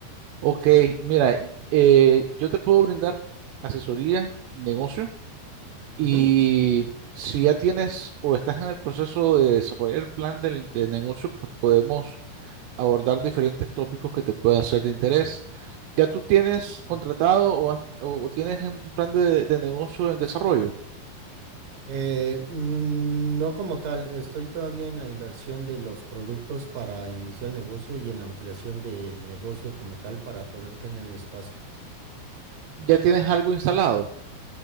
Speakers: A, on the right; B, on the right.
A: ok, mira, y- eh, yo te puedo brindar asesoría, negocio, y
B: Ujú,
A: si ya tienes o estás en el proceso de desarrollar el plan del, de negocio, pues podemos abordar diferentes tópicos que te puedan ser de interés. ¿Ya tú tienes contratado
B: claro.
A: o, has- o tienes un plan de de negocio en desarrollo?
B: Eh, n- no como tal, estoy todavía en la inversión de los productos para iniciar el negocio y en la ampliación del negocio como tal para poder tener el espacio.
A: Ya tienes algo instalado,